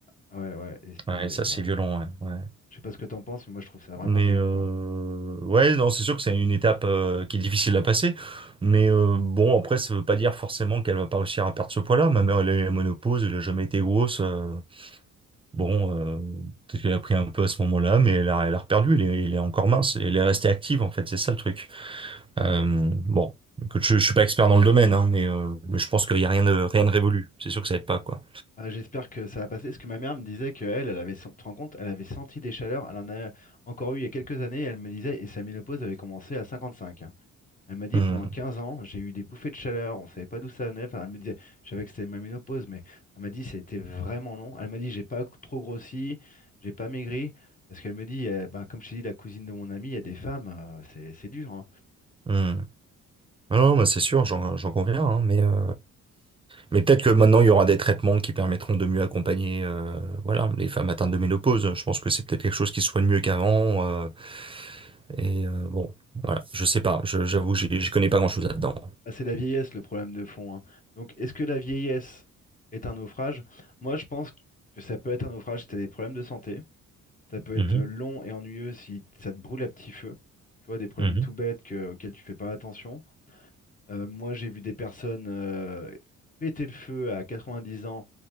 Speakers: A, on the left (about 25°); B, on the right (about 15°).
A: Ah ouais, ouais, et c'est...
B: Ouais, ça,
A: Enfin,
B: c'est
A: ouais.
B: violent, ouais, ouais.
A: Je sais pas ce que t'en penses, mais moi, je trouve ça vraiment
B: Mais
A: dur,
B: heu,
A: quoi.
B: ouais, non, c'est sûr que c'est une étape, heu, qui est difficile à passer. Mais heu, bon, après, ça veut pas dire forcément qu'elle va pas réussir à perdre ce poids-là. Ma mère, elle a eu la ménopause, elle a jamais été grosse, heu, bon, heu, peut-être qu'elle a pris un peu à ce moment-là, mais elle a elle a reperdu, elle est elle est encore mince elle est restée active, en fait, c'est ça le truc. Hem, bon, écoute, je je suis pas expert dans le domaine, hein, mais heu, mais je pense qu'il y a rien de rien de révolu. C'est sûr que ça aide pas, quoi.
A: Ah, j'espère que ça va passer, parce que ma mère me disait qu'elle, elle avait, sen- tu te rends compte, elle avait senti des chaleurs, elle en a encore eu il y a quelques années, elle me disait, et sa ménopause avait commencé à 55. Elle m'a dit
B: Mmh.
A: pendant 15 ans, j'ai eu des bouffées de chaleur, on savait pas d'où ça venait. Enfin, elle me disait, je savais que c'était ma ménopause, mais elle m'a dit, ça a été vraiment long. Elle m'a dit, j'ai pas trop grossi, j'ai pas maigri, parce qu'elle me dit, eh ben, comme je t'ai dit, la cousine de mon ami, il y a des femmes, euh, c'est c'est dur. hein.
B: Mmh. Ah Non, bah c'est sûr, j'en j'en conviens, hein, mais euh, mais peut-être que maintenant il y aura des traitements qui permettront de mieux accompagner euh, voilà les femmes atteintes de ménopause. Je pense que c'est peut-être quelque chose qui se soigne mieux qu'avant. euh, et euh, bon, voilà, je sais pas, je- j'avoue, j'y j'y connais pas grand-chose là-dedans.
A: Ah, c'est la vieillesse le problème de fond. hein. Donc, est-ce que la vieillesse est un naufrage? Moi, je pense que ça peut être un naufrage si t'as des problèmes de santé. Ça peut
B: Mhm,
A: être euh, long et ennuyeux si ça te brûle à petit feu. Tu vois, des problèmes
B: mhm.
A: tout bêtes que- auxquels tu fais pas attention. Euh, moi, j'ai vu des personnes euh, péter le feu à 90 ans